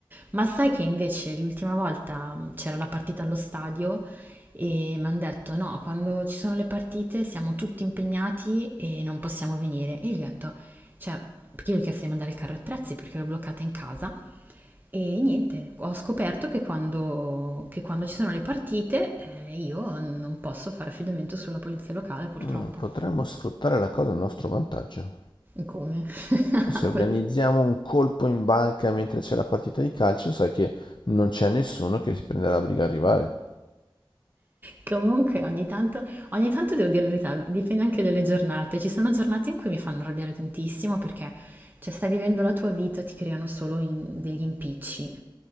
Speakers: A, on the right; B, on the left.
A: Ma sai che invece l'ultima volta mh, c'era la partita allo stadio e mi hanno detto no, quando ci sono le partite siamo tutti impegnati e non possiamo venire. E io gli ho detto, cioè, perché io gli ho chiesto di mandare il carro attrezzi perché l'ho bloccata in casa. E niente, ho scoperto che quando, che quando ci sono le partite, eh, io non posso fare affidamento sulla polizia locale, purtroppo.
B: Mm, potremmo sfruttare la cosa a nostro vantaggio.
A: Come? <laughs>
B: E se organizziamo un colpo in banca mentre c'è la partita di calcio, sai che non c'è nessuno che si prende la briga a arrivare.
A: Comunque ogni tanto, ogni tanto devo dire la verità, dipende anche dalle giornate. Ci sono giornate in cui mi fanno arrabbiare tantissimo perché cioè, stai vivendo la tua vita, ti creano solo in- degli impicci.